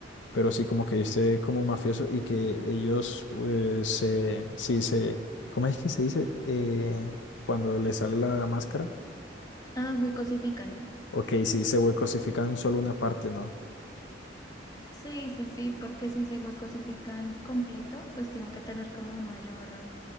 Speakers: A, on the left; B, on the left.
A: pero sí como que viste como mafioso y que ellos eh, se, sí se, ¿cómo es que se dice? Eh, cuando le sale la máscara.
B: ah, huecosifican.
A: Ok, sí, se cosifican solo una parte, ¿no?
B: Sí, sí, sí, porque si se huecosifican completo, pues tienen que tener como un mayor,